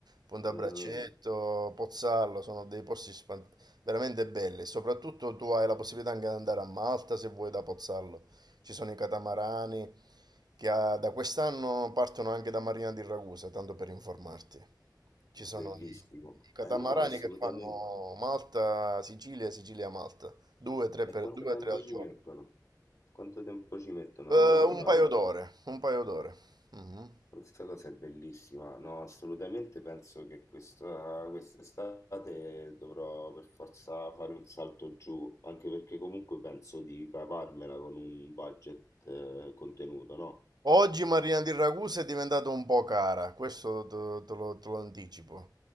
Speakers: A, on the right; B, on the left.
A: Punta
B: veramente,
A: Braccetto, Pozzallo, sono dei posti span- veramente belli. Soprattutto tu hai la possibilità anche di andare a Malta se vuoi da Pozzallo. Ci sono i catamarani che ha- da quest'anno partono anche da Marina di Ragusa, tanto per informarti. Ci sono
B: bellissimo.
A: i, i catamarani
B: Eh no, assolutamente.
A: che fanno Malta, Sicilia, Sicilia, Malta, due, tre,
B: E
A: per,
B: quanto
A: due,
B: tempo
A: tre al
B: ci
A: giorno.
B: mettono? Quanto tempo ci mettono
A: Eh,
B: ad arrivare?
A: un paio d'ore, un paio d'ore. Mhm.
B: Questa cosa è bellissima, no, assolutamente penso che questa, quest'estate dovrò per forza fare un salto giù, anche perché comunque penso di cavarmela con un budget eh, contenuto, no?
A: Oggi Marina di Ragusa è diventata un po' cara, questo te, te lo, te lo anticipo.